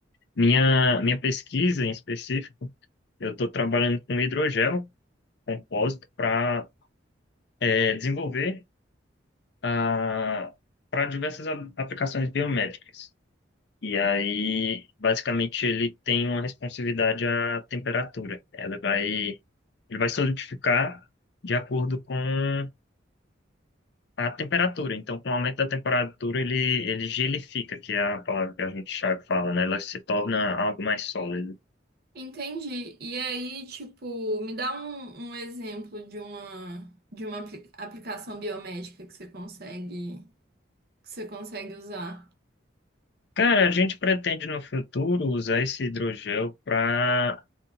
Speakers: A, on the left (about 55°); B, on the right (about 50°).
A: Minha, minha pesquisa em específico, eu estou trabalhando com hidrogel compósito para desenvolver ah, para diversas a- aplicações biomédicas. E aí, basicamente, ele tem uma responsividade à temperatura. Ela vai, ele vai solidificar de acordo com a temperatura. Então, com o aumento da temperatura, ele, ele gelifica, que é a palavra que a gente já fala, né? Ela se torna algo mais sólido.
B: Entendi. E aí, tipo, me dá um, um exemplo de uma de uma apli- aplicação biomédica que você consegue que você consegue usar.
A: Cara, a gente pretende no futuro usar esse hidrogel para